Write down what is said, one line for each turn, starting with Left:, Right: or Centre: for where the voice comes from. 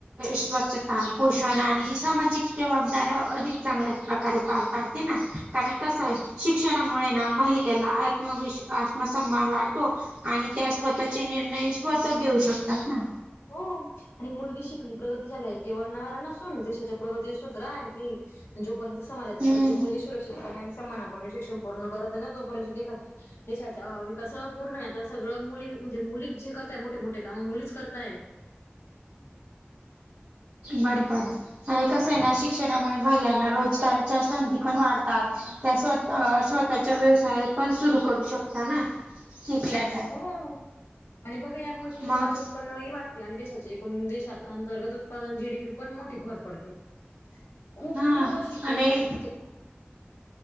Right: स्वच्छता, पोषण, आणि सामाजिक. जबाबदाऱ्या अधिक चांगल्याच प्रकारे पार पाडते ना, कारण कसं आहे शिक्षणामुळे ना. महिलेला आत्मविश्वास, आत्मसम्मान वाढतो. आणि त्या स्वतःचे निर्णय स्वतः घेऊ शकतात ना.
Left: हो. आणि मुलगी शिकली प्रगती झाली. आहे किंवा नाऱ्या असून देशाच्या प्रगती सूत्र आहे ती. जोपर्यंत समाजातील
Right: हम्म
Left: प्रत्येक मुलगी सुरक्षितपणे आणि सम्मानापणे शिक्षण पूर्ण करते ना तोपर्यंत देख देशाच्या विकास पूर्ण आहे आता, सगळं मुली म्हणजे मुली जे करताय मोठे-मोठे काम मुलीच करत तायत.
Right: बरबर, आणि कसंय ना शिक्षणामुळे महिलांना रोजगाराच्या संधी पण वाढतात. त्या स्वतः-स्वतःच्या व्यवसायात पण सुरू करू शकता ना शिकल्यात
Left: हो, आणि बघा यामुळे कुटुंबाचे
Right: मग
Left: उत पण ई वाढते, आणि देशाचे एकूण देशात, अंतर्गत उत्पादन जी. डी. पी. पण मोठी भर पडते. खूप-खूप
Right: हा
Left: अशी काहीही
Right: आणि
Left: की जे